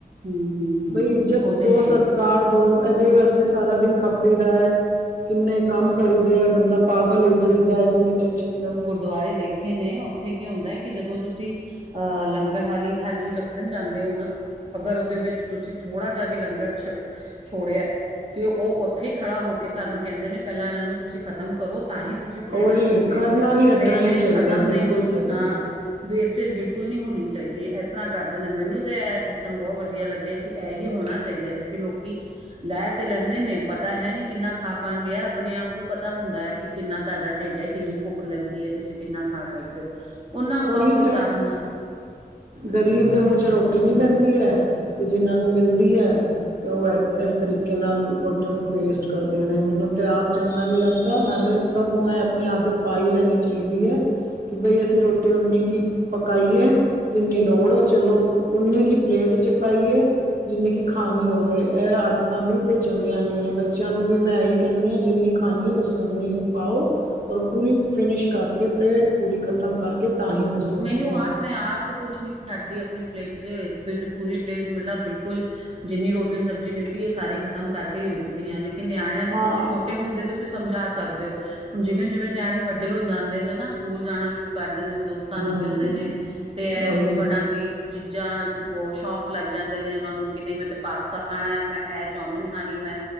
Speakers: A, on the right; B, on the right.
A: ਹਮ ਹਮ ਹਮ
B: ਬਈ ਇੱਜ਼ਤ
A: ਉਹ ਤੇ
B: ਦੋ
A: ਹੈ ਹੀ
B: ਸਤ
A: ਹੈ
B: -ਕਾਰ ਦੋ ਇਹਦੇ ਵਾਸਤੇ ਸਾਰਾ ਦਿਨ ਖੱਪੀਦਾ ਐ ਕਿੰਨੇ ਕੰਮ ਕਰੀਦੇ ਐ ਬੰਦਾ ਪਾਗਲ ਹੋਈ ਫਿਰਦਾ ਐ, ਕਿੰਨੀ ਟੈਨਸ਼ਨ ਲੈਂਦਾ।
A: ਗੁਰੂਦੁਆਰੇ ਦੇਖੇ ਨੇ ਉੱਥੇ ਕੀ ਹੁੰਦਾ ਕਿ ਜਦੋਂ ਤੁਸੀਂ ਅਹ ਲੰਗਰ ਵਾਲੀ ਥਾਲੀ ਰੱਖਣ ਜਾਂਦੇ ਹੋ ਨਾ ਅਗਰ ਉਹਦੇ ਵਿੱਚ ਤੁਸੀਂ ਥੋੜਾ ਜਿਹਾ ਵੀ ਲੰਗਰ ਛ ਛੋੜਿਆ ਤੇ ਉਹ ਉੱਥੇ ਹੀ ਖੜਾ ਹੋ ਕੇ ਤੁਹਾਨੂੰ ਕਹਿੰਦੇ ਨੇ ਪਹਿਲਾਂ ਇਹਨਾਂ ਨੂੰ ਤੁਸੀਂ ਖ਼ਤਮ ਕਰੋ ਤਾਂ ਹੀ ਤੁਸੀਂ ਪਲੇਟ
B: ਉਹੀ
A: ਰੱਖੋਗੇ,
B: ਕਰਨਾ ਵੀ ਏਦਾਂ
A: ਵੇਸਟੇਜ
B: ਹੀ ਚਾਹੀਦਾ
A: ਖਤਮ
B: ਬਿਲਕੁਲ
A: ਨਈ
B: ਸਹੀ
A: ਅਹ
B: ਆ
A: ਵੇਸਟੇਜ ਬਿਲਕੁਲ ਨਈ ਹੋਣੀ ਚਾਈਦੀ ਐ, ਇਸ ਤਰ੍ਹਾਂ ਕਰਦੇ ਨੇ ਮੈਨੂੰ ਤੇ ਇਹ ਸਿਸਟਮ ਬੋਤ ਵਧੀਆ ਲੱਗਿਆ। ਕਿ ਇਹੀ ਹੋਣਾ ਚਾਈਦਾ ਕਿਉਂਕਿ ਲੋਕੀ ਲੈ ਤੇ ਲੈਂਦੇ ਨੇ ਪਤਾ ਹੈ ਨੀ ਕਿੰਨਾ ਖਾ ਪਾਣਗੇ ਯਾਰ ਆਪਣੇ ਆਪ ਨੂੰ ਪਤਾ ਹੁੰਦਾ ਹੈ ਕਿ ਕਿੰਨਾ ਤੁਹਾਡਾ ਢਿੱਡ ਹੈ ਕਿੰਨੀ ਭੁੱਖ ਲੱਗੀ ਹੈ ਤੁਸੀਂ ਕਿੰਨਾ ਖਾ ਸਕਦੇ ਹੋ ਉਹਨਾਂ
B: ਉਹੀ
A: ਪਾਓ ਹਿਸਾਬ
B: ਤਾਂ
A: ਨਾਲ
B: ਗਰੀਬ ਦੇ ਮੂੰਹ ਚ ਰੋਟੀ ਨੀ ਪੈਂਦੀ ਹੈ ਤੇ ਜਿੰਨ੍ਹਾਂ ਨੂੰ ਮਿਲਦੀ ਹੈ ਤੇ ਉਹ ਇਸ ਤਰੀਕੇ ਨਾਲ ਰੋਟੀ ਨੂੰ ਵੇਸਟ ਕਰਦੇ ਨੇ ਮੈਨੂੰ ਤੇ ਆਪ ਚੰਗਾ ਨਹੀਂ ਲੱਗਦਾ ਨਾਲੇ ਸਭ ਨੂੰ ਇਹ ਆਪਣੀ ਆਦਤ ਪਾ ਹੀ ਲੈਣੀ ਚਾਹੀਦੀ ਹੈ ਕਿ <unintelligible> ਅਸੀਂ ਰੋਟੀ ਅਤੇ ਉਨੀੇ ਪਕਾਈਏ ਜਿੰਨੀ ਲੋੜ ਹੋ ਚਲੋ ਉਨੀ ਕੀ ਪਲੇਟ ਚ ਪਾਈਏ ਜਿੰਨੀ ਕਿ ਖਾਣੀ ਹੋਵੇ ਇਹ ਆਦਤਾਂ ਬਿਲਕੁਲ ਚੰਗੀਆਂ ਨਹੀਂ ਨੇ ਬੱਚਿਆਂ ਨੂੰ ਵੀ ਮੈਂ ਇਹੀ ਕਹਿੰਦੀ ਹਾਂ ਜਿੰਨੀ ਖਾਣੀ ਹੈ ਤੁਸੀਂ ਓਨੀ ਪਾਓ ਔਰ ਪੂਰੀ ਫਿਨਿਸ਼ ਕਰਕੇ ਪਲੇਟ ਪੂਰੀ ਖ਼ਤਮ ਕਰਕੇ ਕਿ ਤਾਂ ਹੀ ਤੁਸੀਂ ਉੱਠੋ
A: ਮੈਨੂੰ ਆਪ ਮੈਂ ਆਪ ਕੁਛ ਨਹੀਂ ਛੱਡਦੀ ਆਪਣੀ ਪਲੇਟ ਚ ਪੂਰੀ ਪਲੇਟ ਮਤਲਬ ਬਿਲਕੁਲ ਜਿੰਨੀ ਰੋਟੀ ਸਬਜ਼ੀ ਲਿੱਤੀ ਹੈ ਸਾਰੀ ਖ਼ਤਮ ਕਰਕੇ ਹੀ ਉੱਠਦੀ ਆ ਲੇਕਿਨ ਨਿਆਣਿਆਂ ਨੂੰ
B: ਆ
A: ਤੁਸੀਂ ਛੋਟੇ ਛੌਟੇ ਹੁੰਦੇ ਤੁਸੀਂ ਸਮਝਾ ਸਕਦੇ ਹੋ ਹੁਣ ਜਿਵੇਂ ਜਿਵੇਂ ਨਿਆਣੇ ਵੱਡੇ ਹੋ ਜਾਂਦੇ ਨੇ ਨਾ ਸਕੂਲ ਜਾਣਾ ਸ਼ੁਰੂ ਕਰ ਦਿੰਦੇ ਨੇ ਦੋਸਤ ਸਾਨੂੰ
B: ਹੂੰ,
A: ਮਿਲਦੇ ਨੇ ਤੇ ਇਹ
B: ਉਹੀ
A: ਉਟ ਪਟੰਗ ਦੀ ਚੀਜ਼ਾਂ ਬਹੁਤ ਸ਼ੌਂਕ ਲੱਗ ਜਾਂਦੇ ਨੇ ਉਹਨਾਂ ਨੂੰ ਕਿ ਨਹੀਂ ਮੈਂ ਤੇ ਪਾਸਤਾ ਖਾਣਾ ਹੈ ਮੈਂ ਇਹ ਰਾਮਿਨ ਖਾਣੀਂ ਮੈਂ